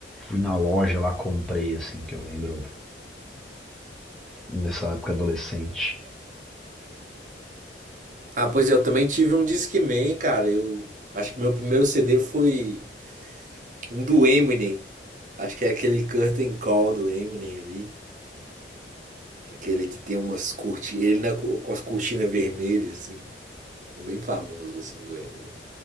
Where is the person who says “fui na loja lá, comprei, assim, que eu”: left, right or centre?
Centre